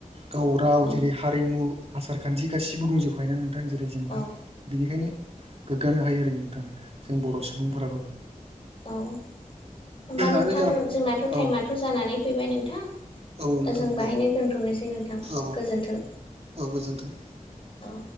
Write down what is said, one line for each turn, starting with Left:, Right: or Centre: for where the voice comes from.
Right: गाव राव
Left: औ
Right: जेरै हारिमु आसारखान्थि गासिबो दंजोबखायोना नोंथां नोंथां जेरै जोंबो
Left: औ
Right: बिनिखायनो गोग्गानो हायो आरो नोंथां जों बर' सुबुंफोराबो
Left: औ होमबा नोंथां
Right: आरो जों
Left: जोंनाथ'
Right: औ
Left: टाइमाथ' जानानै फैबाय नोंथां
Right: औ नोंथां
Left: जों
Right: दे
Left: बाहायनो दोन्थ' नोसै नोंथां
Right: औ
Left: गोजोन्थों
Right: औ गोजोन्थों
Left: औ